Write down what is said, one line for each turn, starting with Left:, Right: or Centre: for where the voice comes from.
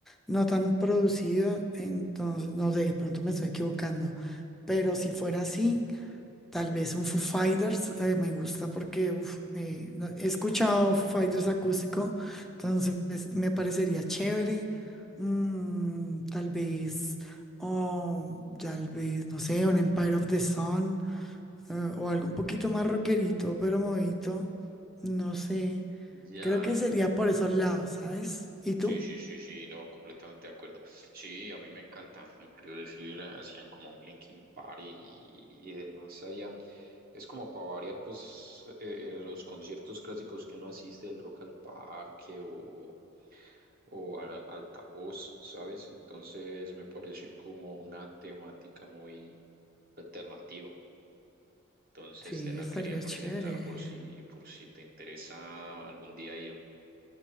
Centre: no tan producido, entonces no sé, de pronto me estoy equivocando. Pero si fuera así, tal vez un Foo Fighters eh, me gusta porque uf, eh, no- he escuchado
Right: Mm,
Centre: Foo Fighters acústico, entonces me parecería chévere. Mm, tal vez, o tal vez, no sé, un Empire of the Sun ah, o algo un poquito más rockerito, pero movidito, no sé.
Right: ya.
Centre: Creo que sería por esos lados, ¿sabes? ¿Y tú?
Right: Sí, sí, sí, sí, no, completamente de acuerdo. Sí, a mí me encanta. Inclusive hacían como un Linkin Park y, y demás allá. Es como para variar, pues, eh, eh, los conciertos clásicos que uno asiste del Rock al Parque o, o a- Altavoz, ¿sabes? Entonces me pareció como una temática muy alternativa. Entonces
Centre: Sí,
Right: te la
Centre: estaría
Right: quería presentar
Centre: chévere.
Right: por si, por si te interesa algún día ir.